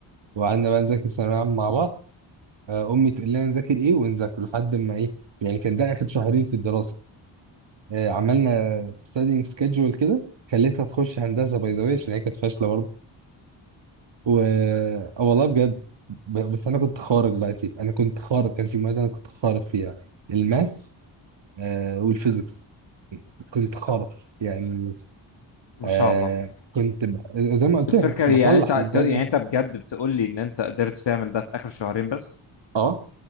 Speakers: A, on the right; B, on the left.
A: وقعدنا بقى نذاكر ثانوية عامة مع بعض آه، أمي تقول لنا نذاكر إيه ونذاكر لحد ما إيه يعني كان ده آخر شهرين في الدراسة آه، عملنا studying schedule كده خليتها تخش هندسة باي ذا واي عشان هي كانت فاشلة برضه و آه، والله بجد ب- بس أنا كنت خارق بقى يا سيف أنا كنت خارق كان في مادة أنا كنت خارق فيها الماث آه، والفيزيكس كنت خارق يعني
B: ما
A: آه،
B: شاء الله
A: كنت ب... زي ما قلت
B: الفكرة
A: لك كنت بصلح
B: يعني انت أنت-
A: الجايدنس
B: يعني انت بجد بتقول لي ان انت قدرت تعمل ده في اخر شهرين بس
A: اه